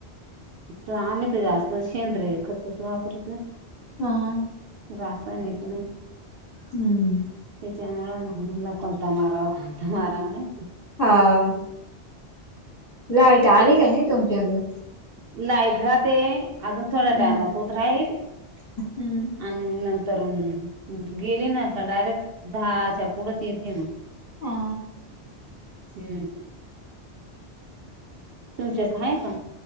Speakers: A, on the right; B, on the left.
A: तर आम्ही त जास्त शेंद्रीय खत खत वापरत नाय
B: हा.
A: रासायनिक नाय
B: हम्म
A: त्याच्यामुळे म्हणला कोणता मारावा, कोणता मारावा नाही
B: हाव लाईट आली का नाही तुमची अजून
A: लाईट राहते अजून थोड्या
B: हम्म.
A: टाइमा होत राहील
B: हम्म.
A: आणि मग नंत तरुण गेली ना का डायरेक्ट दहाच्या पुढच येते मग
B: हा
A: हम्म तुमच्यात हाय का